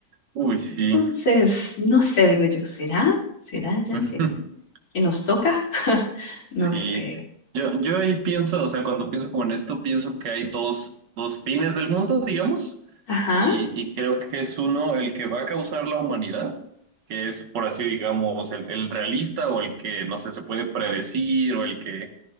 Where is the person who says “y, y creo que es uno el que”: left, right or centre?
Right